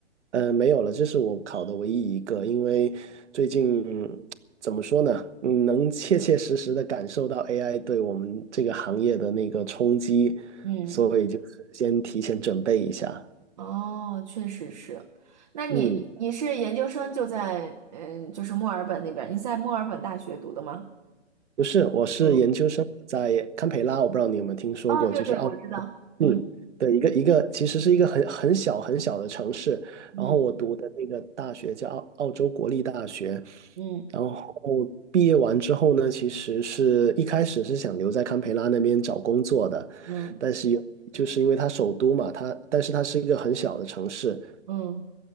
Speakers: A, on the right (about 80°); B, on the right (about 40°).
A: 呃，没有了，这是我考的唯一一个，因为最近嗯怎么说呢，嗯能切切实实的感受到 AI 对我们这个行业的那个冲击，
B: 嗯，
A: 所以就是先提前准备一下。
B: 哦，确实是。那你你是研究生就在嗯，
A: 嗯，
B: 就是墨尔本那边儿你在墨尔本大学读的吗？
A: 不是，我是研究生活在堪培拉，
B: 嗯，
A: 我不知道你有没有听说过，
B: 哦，对对，
A: 就是澳洲，
B: 我知道。嗯。
A: 嗯，的一个一个，其实是一个很很小很小的城市。
B: 嗯
A: 然后我读的那个大学叫澳澳洲国立大学，
B: 嗯
A: 然后毕业完之后呢，其实是一开始是想留在堪培拉那边找工作的，
B: 嗯
A: 但是有就是因为它首都嘛，它但是它是一个很小的城市，
B: 嗯，